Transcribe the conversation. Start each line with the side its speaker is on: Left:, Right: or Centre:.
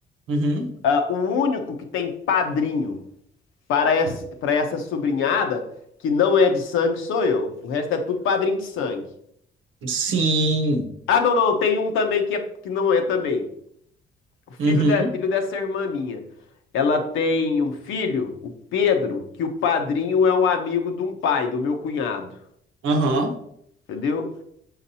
Right: uhum.
Left: Ah, o único que tem padrinho para esse- para essa sobrinhada que não é de sangue sou eu. O resto é tudo padrinho de sangue.
Right: Sim.
Left: Ah, não, não, tem um também que, é, que não é também. O filho,
Right: Uhum,
Left: de, filho dessa irmã minha. Ela tem um filho, o Pedro, que o padrinho é um amigo de um pai, do meu cunhado.
Right: aham.
Left: Entendeu?